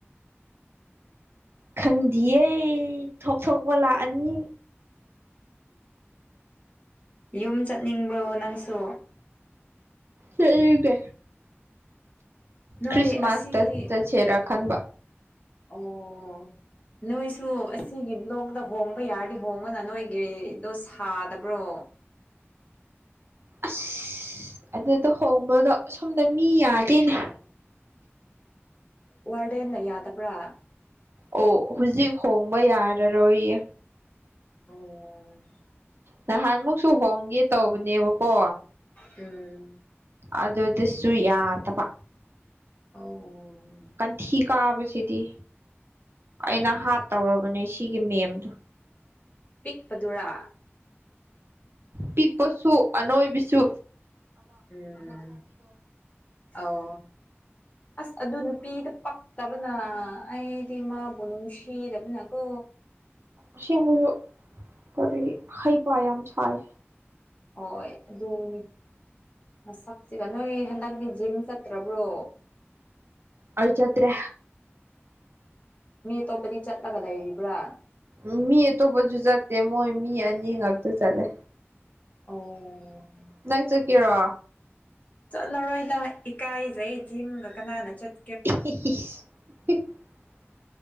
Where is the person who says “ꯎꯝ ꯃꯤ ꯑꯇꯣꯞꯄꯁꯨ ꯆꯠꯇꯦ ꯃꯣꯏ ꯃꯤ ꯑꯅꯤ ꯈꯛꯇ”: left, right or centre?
Right